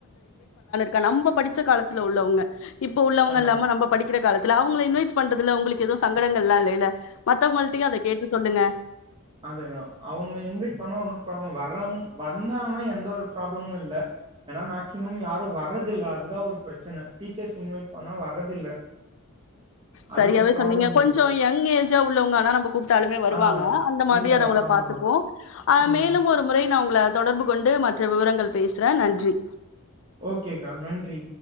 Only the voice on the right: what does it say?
ஆ
அததா அவங்க இன்வைட் பண்ணா ஒன்னு ப்ராப்ளம் வர்றவங் வந்தாங்கன்னா எந்த ஒரு ப்ராப்ளமு இல்ல ஏன்னா மேக்சிமம் யாரு வர்றதில்ல அதுதா ஒரு பிரச்சன டீச்சர்ஸ் இன்வைட் பண்ணா வர்றதில்ல
அது ஒரு ப்ராப்ளம்
இருக்கு
ஆ
இல்ல
ஆமா
ம்
ஓகேக்கா நன்றி